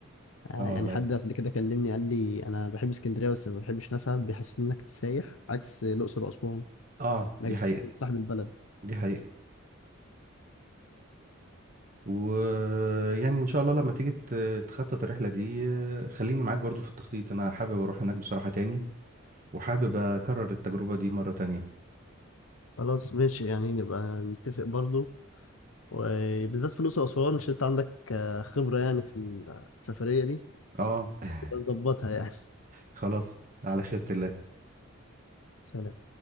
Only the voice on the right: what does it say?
اه
والله
اه
دي
حقيقة
دي حقيقة ويعني ان شاء الله لما تيجي ت- تخطط الرحلة دي آه، خليني معاك برضو في التخطيط انا حابب اروح هناك بصراحة تاني وحابب اكرر التجربة دي مرة تانية
اه <laughs>
خلاص على خيرة الله